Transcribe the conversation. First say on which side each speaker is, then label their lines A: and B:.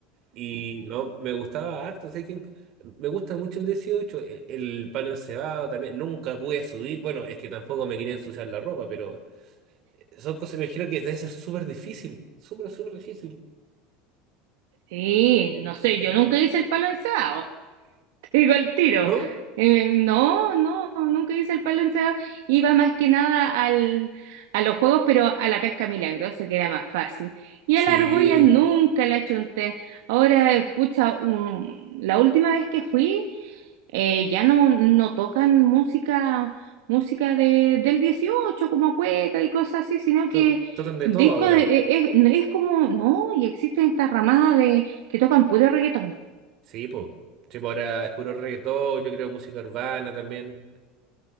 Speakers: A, on the right; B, on the right.
A: Y no, me gustaba harto, sabéis que me gusta mucho el 18 el, el palo encebado también, nunca pude subir, bueno, es que tampoco me quería ensuciar la ropa, pero son cosas, me imagino que debe ser súper difícil, súper, súper difícil,
B: Sí, no sé, yo nunca hice el palo encebado, <laughs> te digo el tiro.
A: ¿no?
B: Eh, no, no, nunca hice el palo encebado. Iba más que nada al, a los juegos, pero a la pesca milagrosa, que era más fácil. Y
A: Sí,
B: a la argolla nunca la chunté. Ahora, pucha, un- la última vez que fui eh, ya no, no tocan música, música de, del 18 como cueca y cosas así, sino que
A: to- tocan de
B: discos
A: todo ahora.
B: de- eh, es, es como, no, y existen esta ramada de que tocan puro reggaetón.
A: Sí, pues. Sí, po, ahora es puro reggaetón, yo creo música urbana también.